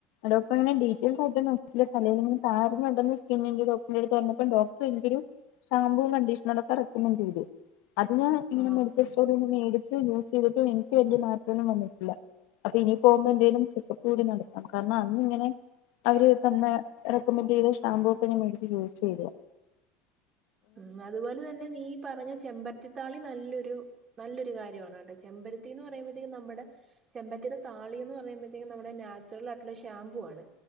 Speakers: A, on the left; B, on the right.
A: ഡോക്ടർ അങ്ങനെ ഡീറ്റെയിൽസ് ആയിട്ട് നോക്കീല്ല തലേല് താരന് ഉണ്ടന്ന് സ്കിന്നിന്റെ ഡോക്റ്റെറേട്ത്ത് പറഞ്ഞപ്പം ഡോക്ടർ എനിക്കൊരു ഷാമ്പൂ കണ്ടീഷ്ണറൊക്കെ റേക്കമെന്റ് ചെയ്തു അത് ഞാൻ ഇങ്ങനെ
B: ആഹ്
A: മെഡിക്കൽ സ്റ്റോറിൽ നിന്ന് മേടിച്ച് യൂസ് ചെയ്തിട്ട് എനിക്ക് വല്ല്യ മാ റ്റം ഒന്നും വന്നിട്ടില്ല അപ്പൊ ഇനി പോവുമ്പോ എന്തേലും ചെക്കപ്പ് കൂടി നടത്താം കാരണം അന്ന് ഇങ്ങനെ അവര് തന്ന റെക്കമെന്റയ്ത ഷാമ്പൂ ഒക്ക ഞാൻ മേടിച് യൂസ് ചെയ്ത്
B: ഉം അതുപോലെ തന്നെ നീ പറഞ്ഞ ചെമ്പര് ത്തി താളി നല്ലൊരു നല്ലൊരു കാര്യാണ് കേട്ടെ ചെമ്പരത്തിന്ന് പറയുമ്പോഴത്തേക്കും നമ്മടെ ചെമ്പര്ത്തിന്റെ താളീന്ന് പറയുമ്പഴത്തേും നമ്മുടെ നാച്ചുറൽ ആയിട്ടുള്ള ഷാമ്പു ആണ്